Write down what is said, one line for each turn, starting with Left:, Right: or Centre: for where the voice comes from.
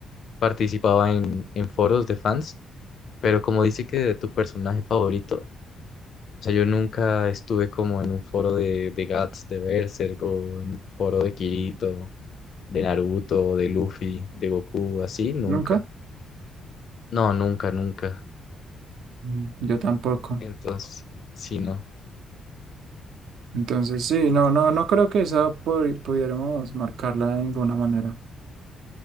Left: participaba en, en foros de fans, pero como dice que de tu personaje favorito, o sea, yo nunca estuve como en un foro de, de Guts, de Berserk o en un foro de Kirito de Naruto, de Luffy, de Goku, así, nunca.
Right: ¿Nunca?
Left: No, nunca, nunca.
Right: Mm, Yo tampoco.
Left: Entonces, sí, no.
Right: Entonces, sí, no, no, no creo que esa pudi- pudiéramos marcarla de ninguna manera.